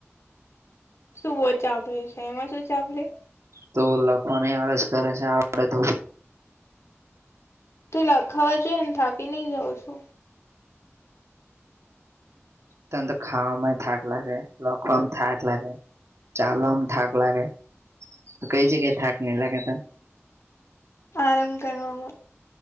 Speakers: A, on the left; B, on the right.
A: શું બહુ ચાપલી છે, એમાં શું ચાપલી
B: તો લખવાની આળસ કરે છે. આવડે તો ભી
A: તો લ ખાવા જોઈ ને થાકી નઈ જવ છુ.
B: તન તો ખાવાવામાં થાક લાગે લખવામાં થાક લાગે ચાલવા માં થાક લાગે કઈ જગ્યાએ થાક નહી, લાગે તો
A: આરામ કરણમાં